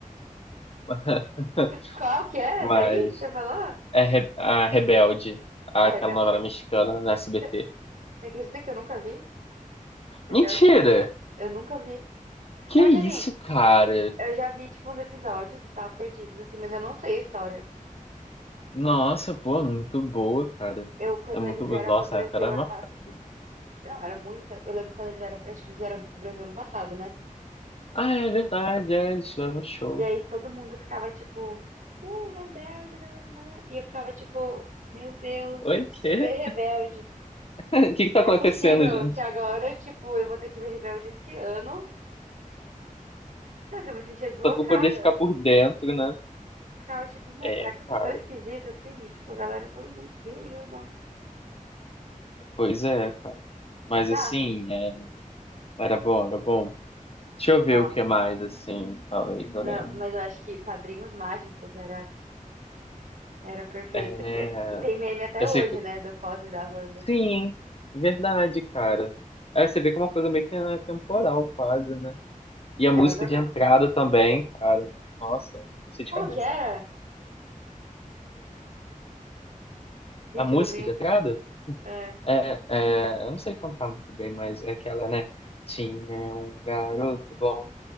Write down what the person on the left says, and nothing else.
<laughs>
Mas
é Re- a Rebelde, aquela
novela mexicana na SBT.
Mentira!
Que
isso,
cara?
Nossa, pô, muito boa, cara.
É muito
boa. Nossa,
a época era
uma
febre.
Ah, é verdade, é, eles tiveram um show.
Oi,
quê?
<laughs> O que que tá
acontecendo,
gente?
Só pra eu poder ficar por dentro, né?
É,
cara.
Pois é, cara. Mas
assim, é, era bom, era bom. Deixa eu ver
o que mais, assim, talvez eu
lembre.
É,
eu
sei que.
Sim, verdade, cara. Aí você vê que é uma coisa meio que atemporal, quase, né? E a música
de
entrada também, cara. Nossa, eu sei de
cabeça.
A música de entrada?
É, é, eu não sei cantar muito bem, mas é aquela, né? Tim é um garoto bom,